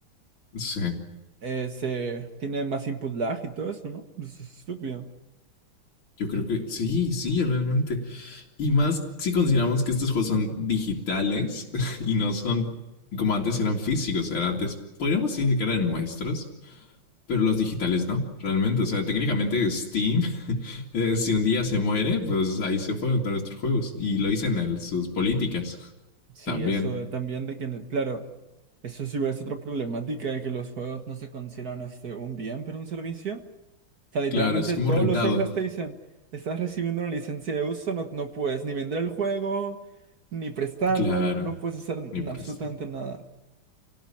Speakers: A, on the left (about 75°); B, on the right (about 50°).
A: Sí.
B: eh, se tiene más input lag y todo eso, ¿no? Eso es estúpido.
A: Yo creo que sí, sí, realmente. Y más si consideramos que estos juegos son digitales <laughs> y no son como antes eran físicos, eran antes, podríamos decir que eran nuestros, pero los digitales no, realmente. O sea, técnicamente Steam, <laughs> eh, si un día se muere, pues ahí se fueron todos nuestros juegos. Y lo dicen en sus políticas
B: Sí,
A: también.
B: eso de- también de que, en el- claro, eso sí es igual es otra problemática de que los juegos no se consideran este, un bien, pero un servicio. sea, literalmente
A: Claro, es como
B: todos
A: rentado.
B: los Eulast te dicen, estás recibiendo una licencia de uso, no, no puedes ni vender el juego, ni prestarlo,
A: Claro,
B: no puedes hacer n-
A: ni prestar.
B: absolutamente nada.